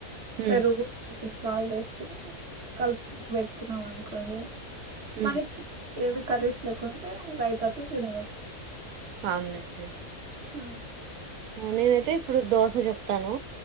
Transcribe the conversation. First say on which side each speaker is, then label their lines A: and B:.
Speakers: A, on the right; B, on the right.
A: హ్మ్
B: పెరుగు <inaudible> కల్ప కోన్ పెట్ క్ క్కున్నాం అనుకోండి
A: హ్మ్
B: మరి ఏమి కఖరీస్ లేకుంటే రైతతో తినేయ్యొచ్
A: అవునులెండి
B: ఆ
A: నేనైతే ఇప్పుడు దోశ చెప్తాను